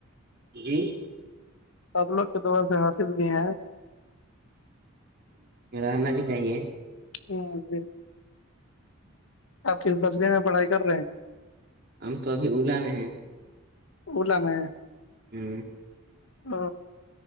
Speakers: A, on the right (about 50°); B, on the left (about 70°).
A: جی
B: تدلوں کے دور سے حاصل بھی ہیں
A: ہ رہنا بھی چاہیے
B: ہاں جی آپ کس درجے میں پڑھائی کر رہے ہیں
A: ہم تو ابھی اولا میں ہیں
B: اولا میں
A: ہمم
B: ا